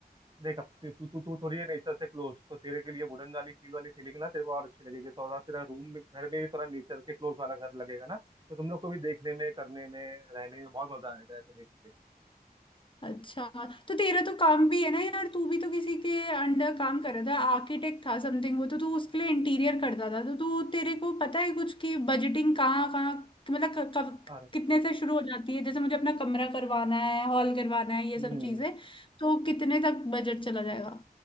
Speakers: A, on the right; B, on the left.
A: देख अब तू तू तू तू थोड़ी है नेचर से क्लोज तो तेरे के लिए वुडन वाली फील वाली सीलिंग ना तेरे को और अच्छी लगेगी थोड़ा तेरा रूम भी घर में भी थोड़ा नेचर के क्लोज वाला घर लगेगा ना तो तुम लोग को भी देखने में करने में रहने में बहुत मजा आएगा ऐसा देख के
B: अच्छा तो तेरा तो काम भी है ना यार तू भी तो किसी के अंडर काम कर रहा था आर्किटेक्ट था समथिंग वो तो तू उसके लिए इंटीरियर करता था तो तू तेरे को पता है कुछ कि बजटिंग कहाँ कहाँ मतलब क, कब
A: अरे
B: कितने से शुरू हो जाती है जैसे मुझे अपना कमरा करवाना है हॉल करवाना है ये
A: हम्म
B: सब चीजें तो कितने तक बजट चला जाएगा